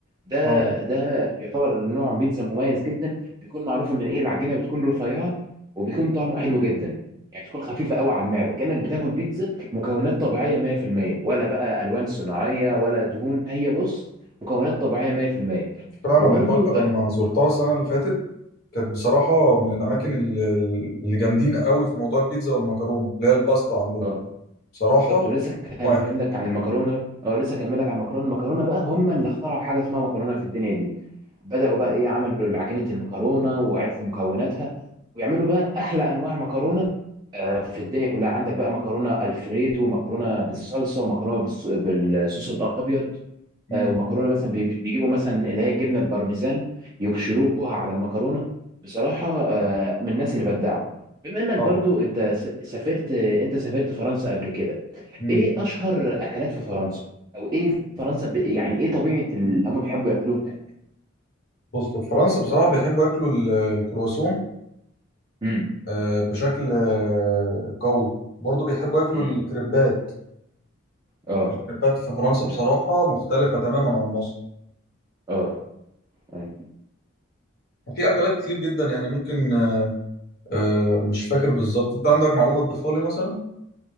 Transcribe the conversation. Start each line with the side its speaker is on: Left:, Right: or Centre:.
Right: ده
Left: اه
Right: ده يعتبر نوع بيتزا مميز جدا بيكون معروف ان ايه العجينه بتكون رفيعه وبيكون طعمه حلو جدا يعني بتكون خفيفه قوي على المعده كانك بتاكل بيتزا مكونات طبيعيه 100% ولا بقى الوان صناعيه ولا دهون هي بص مكونات طبيعيه 100%
Left: فعلا
Right: وبرضو
Left: إيطاليا
Right: آه،
Left: لما زرتها السنة اللي فاتت كانت بصراحة من الأماكن ال- ال- اللي جامدين قوي في موضوع البيتزا والمكرونة اللي هي الباستا عندهم
Right: اه
Left: بصراحة
Right: بالظبط ولسه هكمل
Left: واحد
Right: لك عن المكرونه اه لسه هكمل لك عن المكرونه المكرونه بقى هم اللي اخترعوا حاجه اسمها مكرونه في الدنيا دي بداوا بقى ايه عملوا عجينه المكرونه وعرفوا مكوناتها ويعملوا بقى احلى انواع مكرونه آه، في الدنيا كلها عندك بقى مكرونه الفريدو ومكرونه بالصلصه ومكرونه بالص- بالصوص الابيض
Left: مم.
Right: آه، ومكرونه مثلا بي- بيجيبوا مثلا اللي هي الجبنه البارميزان يبشروها على المكرونه بصراحه آه، من الناس اللي بدعوا بما انك
Left: اه
Right: برضو انت س- سافرت انت سافرت فرنسا قبل كده
Left: مم.
Right: ايه اشهر اكلات في فرنسا او ايه فرنسا ب... يعني ايه طبيعه اللي هم بيحبوا ياكلوه هناك
Left: بص في فرنسا بصراحة بيحبوا ياكلوا ال- الكرواسون
Right: امم
Left: آه، بشكل آه، قوي وبرضه بيحبوا ياكلوا
Right: امم
Left: الكريبات
Right: اه
Left: الكريبات في فرنسا بصراحة
Right: اه
Left: مختلفة تماما عن مصر
Right: اه أيوة.
Left: في أكلات كتير جدا يعني ممكن آه، مش فاكر بالظبط أنت عندك معلومة تضيفها لي مثلا؟